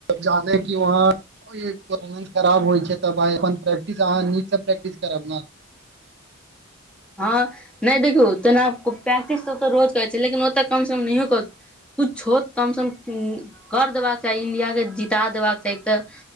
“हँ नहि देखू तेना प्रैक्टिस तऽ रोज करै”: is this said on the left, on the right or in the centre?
Centre